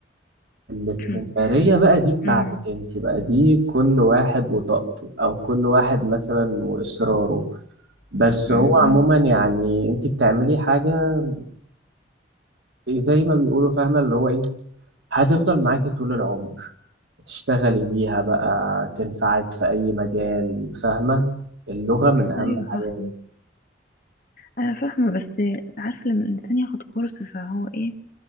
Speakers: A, on the right; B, on the left.
A: الاستمرارية
B: <clears throat>
A: بقى دي بتاعتك
B: امم
A: انت بقى دي كل واحد وطاقته او كل واحد مثلا واصراره بس
B: امم
A: هو عموما يعني انت بتعملي حاجة زي ما بيقولوا فاهمة اللي هو ايه هتفضل معاكي طول العمر تشتغلي بيها بقى تنفعك في اي مجال فاهمة اللغة من اهم
B: ايوه
A: الحاجات
B: فاهمه انا فاهمه بس عارف لما الانسان ياخد كورس فهو ايه